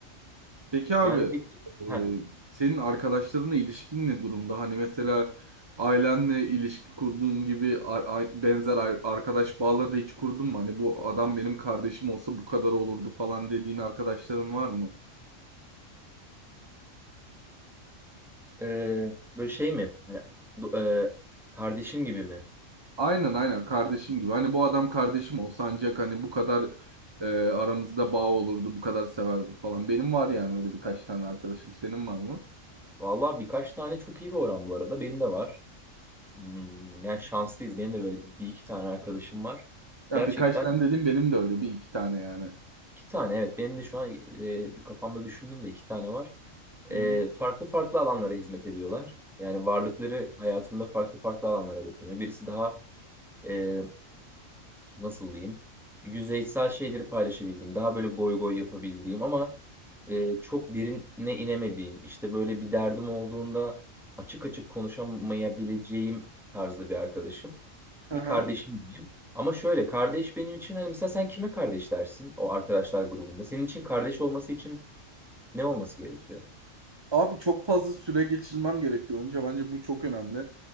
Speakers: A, on the right; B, in the centre.
A: Peki abi
B: Yani peki
A: e,
B: heh,
A: senin arkadaşlarınla ilişkin ne durumda? Hani mesela ailenle ilişki kurduğun gibi ar- a- benzer ar- arkadaş bağları da hiç kurdun mu? Hani bu adam benim kardeşim olsa bu kadar olurdu falan dediğin arkadaşların var mı?
B: e, böyle şey mi? Hani, do- e, kardeşim gibi mi?
A: Aynen aynen kardeşim gibi. Hani bu adam kardeşim olsa ancak hani bu kadar e, aramızda bağ olurdu, bu kadar severdim falan. Benim var yani öyle birkaç tane arkadaşım. Senin var mı?
B: Vallahi birkaç tane çok iyi bir oran bu arada. Benim de var. Hmm, yani şanslıyız. Benim de böyle bir iki tane arkadaşım var.
A: Ya
B: Gerçekten
A: birkaç tane dedim benim de öyle bir iki tane yani.
B: iki tane evet. Benim de şu an e, kafamda düşündüm de iki tane var.
A: Hı.
B: E, farklı farklı alanlara hizmet ediyorlar. Yani varlıkları hayatımda farklı farklı alanlara dokunuyor. Birisi daha e, nasıl diyeyim yüzeysel şeyleri paylaşabildiğim, daha böyle goy goy yapabildiğim ama e, çok derine inemediğim, işte böyle bir derdim olduğunda açık açık konuşamayabileceğim tarzda bir arkadaşım.
A: Aha.
B: bir kardeşim diyeyim. Ama şöyle kardeş benim için hani mesela sen kime kardeş dersin o arkadaşlar grubunda? Senin için kardeş olması için ne olması gerekiyor?
A: Abi çok fazla süre geçirmem gerekiyor önce. Bence bu çok önemli.